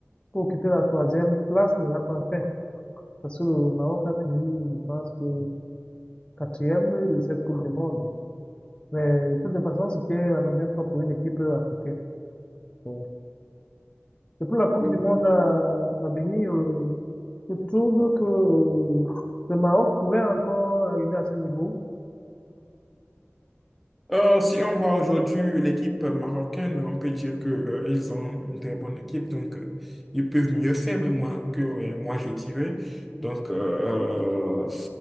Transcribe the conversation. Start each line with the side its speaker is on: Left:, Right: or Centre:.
Left: pour occuper la troisième place ne l'a pas fait. Parce que le Maroc a fini, je pense, que quatrième de cette Coupe du Monde. Mais de toute façon, c'était la première fois pour une équipe africaine. Donc, Et pour la Coupe
Centre: Oui.
Left: du Monde à, à venir, euh, je trouve que euh, le Maroc pourrait encore arriver à ce niveau.
Centre: Euh, si on voit aujourd'hui l'équipe marocaine, on peut dire que, euh, ils ont une très bonne équipe, donc euh, ils peuvent mieux faire, mais moi, que euh, moi je dirais. Donc, euh, euh,